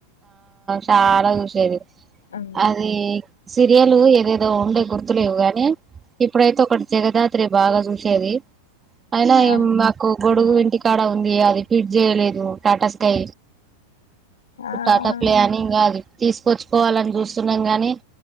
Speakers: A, on the right (about 20°); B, on the left (about 65°).
A: చాలా చూసేది
B: ఉమ్,
A: అది సీరియలు ఏదే దో ఉండే గుర్తులేవు గాని ఇప్పుడైతే ఒకటి జగదాత్రి బాగా జూసేది అయినా
B: ఆ
A: ఏం మాకు గొడుగు ఇంటికి క్కూడా ఉంది అది ఫిట్ జేయలేదు టాటా స్కై
B: ఆ
A: టాటా ప్లే అని ఇంగా అది తీసుకొచ్చుకోవాలని జూస్తున్నాం గానీ